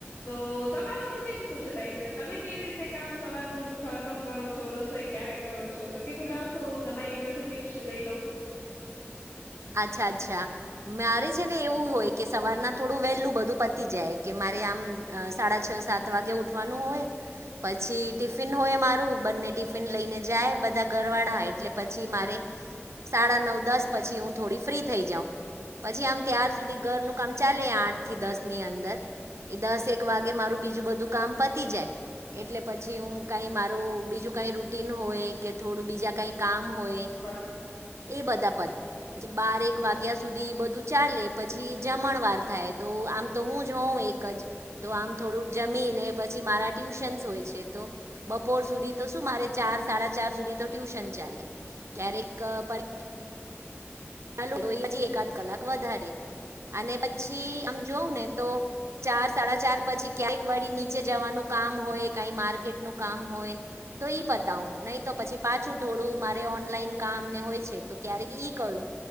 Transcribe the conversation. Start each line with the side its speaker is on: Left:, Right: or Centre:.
Left: તો તમારું રૂટીન શું છે ભાઈ તવે તમે કેવી રીતે કામ સવારનું ખતમ કરો છો રસોઈ ક્યારેક કરો છો તો કીધું લાવ થોડું તમારે એ જોડેથી ટીપ્સ લઈ લવ
Right: અચ્છા અચ્છા મારે છે ને એવું હોય કે સવારના થોડું વહેલું બધું પતી જાય કે મારે આમ સાડા છ સાત વાગે ઉઠવાનું હોય પછી ટિફિન હોય મારું બંને ટિફિન લઈને જાય બધા ઘરવાળા એટલે પછી મારે સાડા નવ દસ પછી હું થોડી ફ્રી થઈ જાઉ પછી આમ ત્યાર સુધી ઘરનું કામ ચાલે આઠ થી દસની અંદર એ દસક એક વાગે મારું બીજું બધું કામ પતી જાય એટલે પછી હું કાંઈ મારું બીજું કાંઈ રૂટીન હોય કે થોડું બીજા કાંઈ કામ હોય
Left: હા
Right: એ બધા પતા પછી બારેક વાગ્યા સુધી બધું ચાલે પછી જમણ વાર થાય તો આમ તો હું જ હોઉં એક જ તો આમ થોડુંક જમીને પછી મારા ટ્યુશન્સ હોય છે તો બપોર સુધી તો શું મારે ચાર સાડા ચાર સુધી તો ટ્યુશન ચાલે ક્યારેક ચાલુ હોય હજી એકાદ કલાક વધારે અને પછી આમ જોઉં ને તો ચાર સાડા ચાર પછી ક્યાક વળી નીચે જવાનું કામ હોય કાઈ માર્કેટનું કામ હોય તો એ પતાવું નહીં તો પછી પાછું થોડું મારે ઓનલાઈન કામને હોય છે તો ક્યારેક ઈ કરું